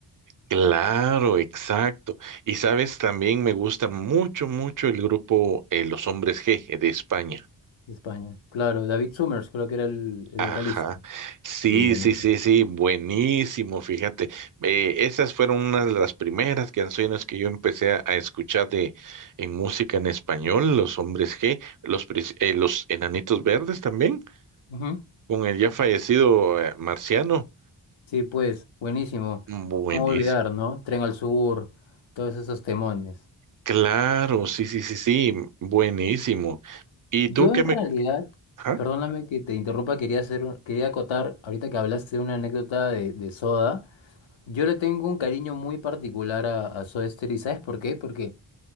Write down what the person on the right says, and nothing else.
Claro, exacto. Y sabes, también me gusta mucho, mucho el grupo eh, Los Hombres G de España.
Ajá,
sí,
sí, sí, sí, buenísimo, fíjate. Eh, esas fueron unas de las primeras canciones que yo empecé a, a escuchar de en música en español, Los Hombres G, los, pris- eh, los Enanitos Verdes también,
con el ya fallecido eh, Marciano.
Mm, Buenísimo,
claro, sí, sí, sí, sí, buenísimo. ¿Y
tú qué
me...
ajá,